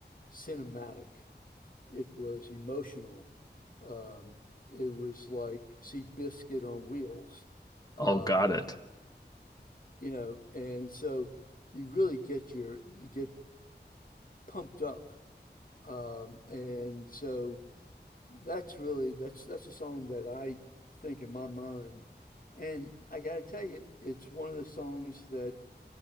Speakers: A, on the left (about 50°); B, on the left (about 20°).
A: cinematic. It was emotional. Um, it was like see biscuit on wheels. Um,
B: Oh, got it.
A: you know, and so you really get your you get pumped up. Um, and so. That's really that's that's a song that I think in my mind, and I gotta tell you, it's one of the songs that